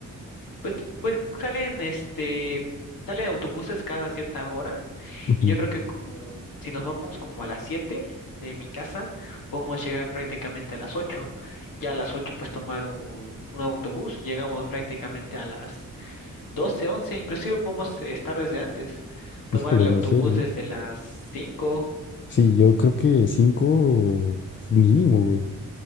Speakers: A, on the left; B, on the left.
A: Pues, pues salen este, salen autobuses cada cierta hora
B: ujú.
A: y yo creo que como si nos vamos como a las 7 de mi casa, podemos llegar prácticamente a las 8. Ya a las 8 pues tomar un, un autobús, llegamos prácticamente a las 12 11. inclusive podemos estar desde antes, tomar
B: Híjoles,
A: el autobús
B: no sé, ¿eh?
A: desde las 5.
B: Sí, yo creo que cinco mínimo, güey.